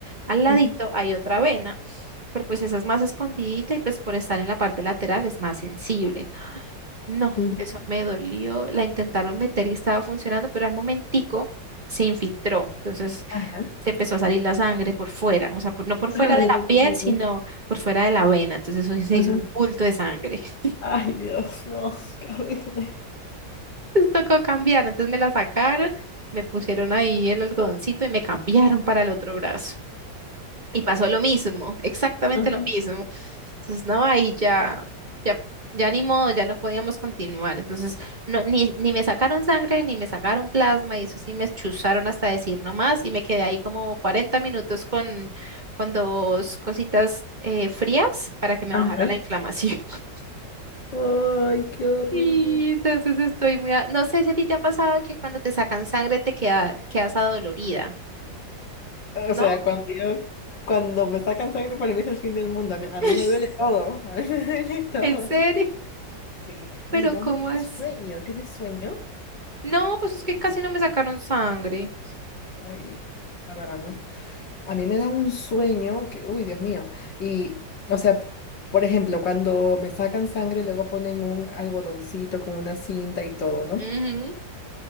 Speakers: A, on the right; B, on the left.
A: Al ladito
B: Ujú, ujú,
A: hay otra vena, pero pues esa es más escondidita y pues por estar en la parte lateral es más sensible. No,
B: ujú,
A: eso me dolió, la intentaron meter y estaba funcionando, pero al momentico se infiltró, entonces
B: Ajá.
A: se empezó a salir la sangre por fuera, o sea, por- no por fuera
B: Ay,
A: de la
B: Dios
A: piel,
B: mío.
A: sino por fuera de la vena. Entonces eso se
B: Ajá.
A: hizo un bulto de sangre. <laughs>
B: Ay, Dios, no, qué horrible.
A: Entonces tocó cambiar, entonces me la sacaron, me pusieron ahí el algodoncito y me cambiaron para el otro brazo. Y pasó lo mismo, exactamente
B: Ajá,
A: lo mismo. Entonces, no, ahí ya, ya, ya ni modo, ya no podíamos continuar. Entonces, no, ni, ni me sacaron sangre, ni me sacaron plasma, y eso sí me chuzaron hasta decir no más, y me quedé ahí como 40 minutos con, con dos cositas eh, frías para que me
B: ajá.
A: bajara la inflamación. <laughs>
B: Ay, qué horrible.
A: Y entonces estoy muy, a- no sé si a ti te ha pasado que cuando te sacan sangre te queda, quedas adolorida,
B: O
A: ¿no?
B: sea, cuando yo, cuando me sacan sangre, para mí es el fin del mundo. A mí, a
A: <laughs>
B: mí me duele todo. A mí me duele <laughs> todo.
A: ¿En serio?
B: Sí, y
A: Pero
B: da
A: ¿cómo
B: mucho
A: así?
B: sueño. ¿Tienes sueño?
A: No, pues es que casi no me sacaron sangre.
B: Ay, la verdad, ¿no? A mí me da un sueño que, uy, Dios mío. Y, o sea, por ejemplo, cuando me sacan sangre, luego ponen un algodoncito con una cinta y todo, ¿no?
A: Ujú.